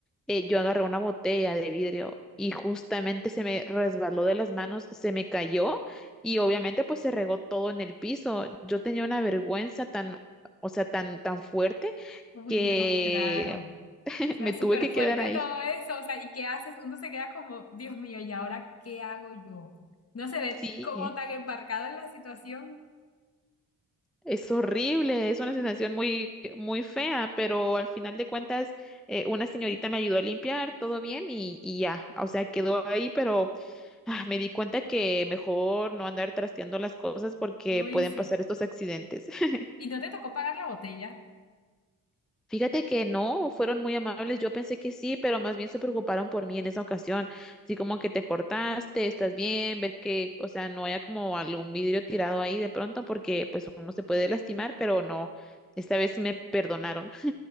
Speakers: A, in the centre; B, on the left.
A: eh, yo agarré una botella de vidrio y justamente se me resbaló de las manos, se me cayó y obviamente pues se regó todo en el piso. Yo tenía una vergüenza tan, o sea, tan, tan fuerte
B: Uy,
A: que
B: no, claro.
A: <laughs>
B: O sea,
A: me
B: súper
A: tuve que
B: fuerte
A: quedar ahí.
B: todo eso. O sea, ¿y qué haces? Uno se queda como, Dios mío, ¿y ahora qué hago yo? No se ve
A: Sí.
B: como tan embarcado en la situación.
A: Es horrible, es una sensación muy, muy fea, pero al final de cuentas, eh, una señorita me ayudó a limpiar, todo bien y, y ya, o sea, quedó ahí, pero ah, me di cuenta que mejor no andar trasteando las cosas porque
B: Uy,
A: pueden
B: sí.
A: pasar estos accidentes. <laughs>
B: ¿Y no te tocó pagar la botella?
A: Fíjate que no, fueron muy amables. Yo pensé que sí, pero más bien se preocuparon por mí en esa ocasión. Así como que te cortaste, estás bien, ver que, o sea, no haya como algún vidrio tirado ahí de pronto, porque pues uno se puede lastimar, pero no. Esta vez me perdonaron.